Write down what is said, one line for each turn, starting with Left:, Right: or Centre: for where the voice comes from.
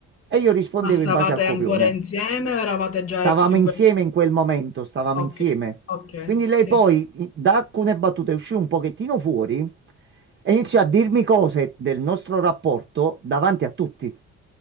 Right: E io rispondevo
Left: Ma stavate
Right: in base al copione.
Left: ancora insieme o eravate già
Right: Stavamo
Left: ex in
Right: insieme
Left: quel
Right: in quel momento, stavamo
Left: Okay,
Right: insieme.
Left: okay,
Right: Quindi lei
Left: sì,
Right: poi i- da alcune battute uscì un pochettino fuori e iniziò a dirmi cose del nostro rapporto davanti a tutti.